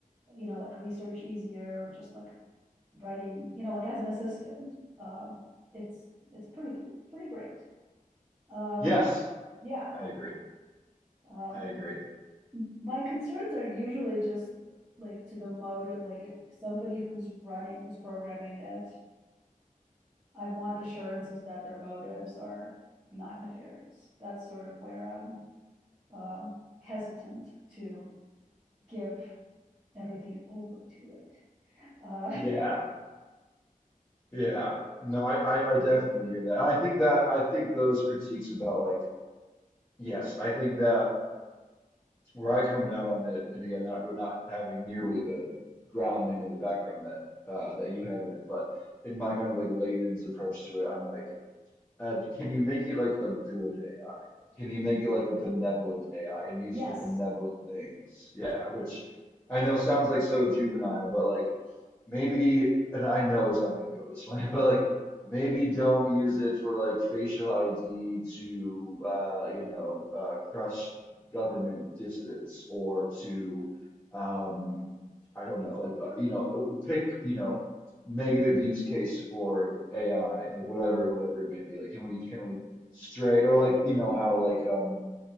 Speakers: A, on the right; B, on the left.
A: you know, like research easier, or just like writing, you know, like as an assistant. Um, it's it's pretty pretty great. Um,
B: Yes,
A: yeah.
B: I agree.
A: Um,
B: I agree.
A: my concerns are usually just like to the motive, like if somebody who's running, who's programming it, I want assurances that their motives are not nefarious. That's sort of where I'm um, hesitant to give everything over to it. Uh,
B: Yeah. Yeah. No, I, I, I definitely hear that. And I think that I think those critiques about like, yes, I think that where I come down on it, and again, not not having nearly the grounding or the background that uh, that you have in it, but in my kind of like layman's approach to it, I'm like, uh, can you make it like a good AI? Can you make it like a benevolent AI and use
A: yes,
B: for benevolent things? Yeah, which I know sounds like so juvenile, but like maybe, and I know it's not going to go this way, <laughs> but like maybe don't use it for like facial ID to, uh, you know, uh, crush government dissidents or to, um, I don't know, like, uh, you know, pick, you know, negative use case for AI, like whatever, whatever it may be. Like, can we, can we stray or like, you know, how like, um,